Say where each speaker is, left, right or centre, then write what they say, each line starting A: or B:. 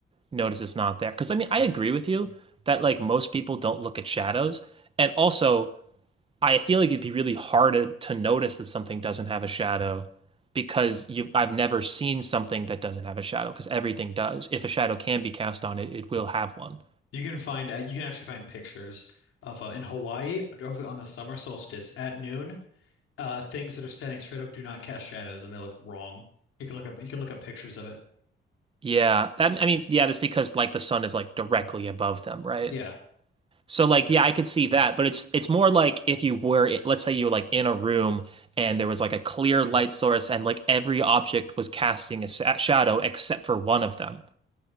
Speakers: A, on the right; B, on the left.
A: notice it's not there. 'Cause I mean, I agree with you that like most people don't look at shadows. And also I feel like it'd be really hard to, to notice that something doesn't have a shadow because you I've never seen something that doesn't have a shadow because everything does. If a shadow can be cast on it, it will have one.
B: You can find uh, you can actually find pictures of uh, in Hawaii over on the summer solstice at noon. Uh, things that are standing straight up do not cast shadows, and they look wrong. You can look up you can look up pictures of it.
A: Yeah, that I mean, yeah, that's because like the sun is like directly above them, right?
B: Yeah,
A: So like yeah, I could see that, but it's it's more like if you were let's say you were like in a room and there was like a clear light source and like every object was casting a sa shadow except for one of them.